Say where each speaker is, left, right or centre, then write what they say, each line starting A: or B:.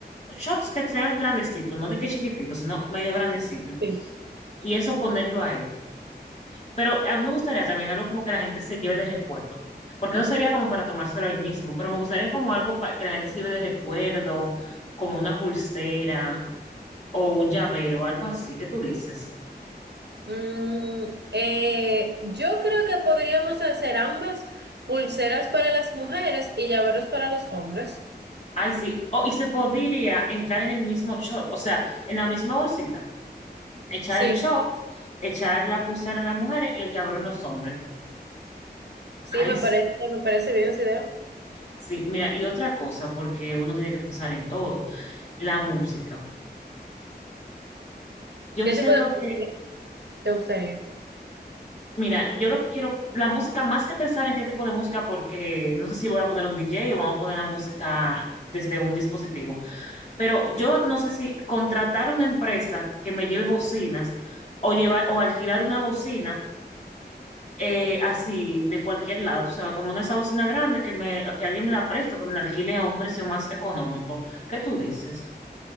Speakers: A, on the left; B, on the right.
A: shots que sean grandecitos, no de que chiquititos, sino medio grandecitos.
B: sí.
A: Y eso ponerlo ahí. Pero a mí me gustaría también algo como que la gente se lleve de recuerdo, porque eso sería como para tomárselo ahí mismo, pero me gustaría como algo para que la gente se lleve de recuerdo, como una pulsera o un llavero, algo así, ¿qué tú dices?
B: Mm, eh, yo creo que podríamos hacer ambas, pulseras para las mujeres y llaveros para los hombres.
A: Ay, sí, oh y se podría entrar en el mismo shot, o sea, en la misma bolsita, echar
B: Sí,
A: el shot, echar la pulsera en las mujeres y el llavero en los hombres.
B: sí,
A: Ay,
B: me
A: sí,
B: parece, me parece bien esa idea.
A: sí, mira, y otra cosa, porque uno tiene que pensar en todo, la música. Yo
B: ¿Qué
A: siento
B: tipo de música
A: que
B: te gustaría?
A: Mira, yo lo que quiero, la música, más que pensar en qué tipo de música, porque no sé si voy a poner un DJ o vamos a poner la música desde un dispositivo, pero yo no sé si contratar una empresa que me lleve bocinas o llevar o alquilar una bocina eh, así de cualquier lado, o sea, como una esa bocina grande que me, que alguien me la preste o que me la alquile a un precio más económico. ¿Qué tú dices?